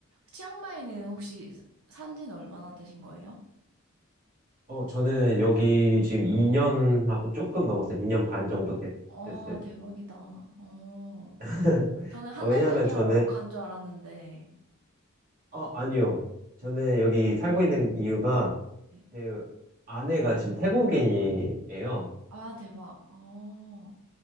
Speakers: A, on the right (about 80°); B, on the right (about 40°).
A: 치앙마이는 혹시 산 지는 얼마나 되신 거예요?
B: 어, 저는 여기 지금 2년 하고 조금 넘었어요. 2년 반 정도 됐,
A: 아,
B: 됐어요.
A: 대박이다. 어.
B: <laughs>
A: 저는 한
B: 아, 왜냐면
A: 달 살기
B: 저는,
A: 하러 간 줄 알았는데.
B: 어, 아니요. 저는 여기 살고 있는 이유가
A: 네.
B: 제 아내가 지금 태국인이에요.
A: 아, 대박. 어.